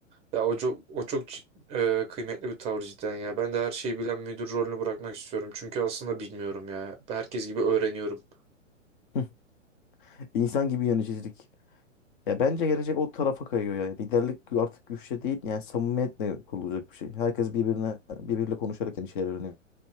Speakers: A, on the right; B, on the left.
A: ya o çok o çok c- e, kıymetli bir tavır cidden ya. Ben de her şeyi bilen müdür rolünü bırakmak istiyorum. Çünkü aslında bilmiyorum ya. Ben Herkes gibi öğreniyorum.
B: <laughs> İnsan gibi yöneticilik. Ya bence gelecek o tarafa kayıyor yani. Liderlik artık güçle değil yani samimiyetle kurulacak bir şey. Herkes birbirine birbiriyle konuşarak yeni şeyler öğreniyor.